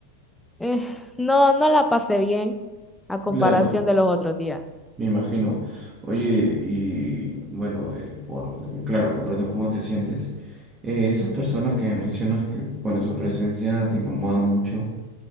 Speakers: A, in the centre; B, on the right.
A: eh, no, no la pasé bien a comparación
B: Claro.
A: de los otros días.
B: Me imagino. Oye, y bueno, eh, bueno, claro, comprendo cómo te sientes. Eh, esas personas que mencionas que, bueno, su presencia te incomoda mucho,